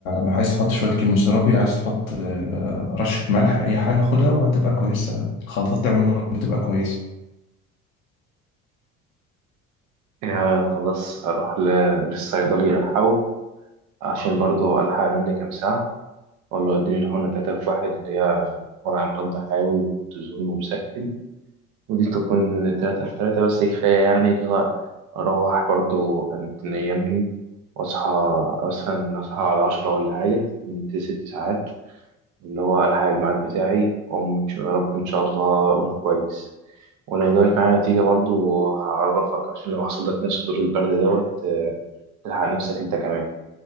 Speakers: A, on the left; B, on the right.
A: عايز تحط شوية كيموثيرابي عايز تحط آه، رشة ملح أي حاجة خدها وهتبقى كويسة الخلطات دي عموما بتبقى كويسة
B: يا خلاص أروح ل- للصيدلي ألحقه عشان برضو ألحق أنام لي كام ساعة ولا وديني الحقنة تلاتة في واحد اللي هي مرعى مضاد حيوي وكورتيزون ومسكن ودي تكون تلاتة في تلاتة بس كفاية يعني اللي هو أروح برضو أنت نيمني وأصحى مثلا أصحى على عشرة ولا حاجة كنت ست ساعات اللي هو ألحق الميعاد بتاعي وأقوم إن- يا رب إن شاء الله أقوم كويس ولو جابت معايا نتيجة برضو هعرفك عشان لو حصل لك نفس دور البرد دوت آه، تلحق نفسك أنت كمان.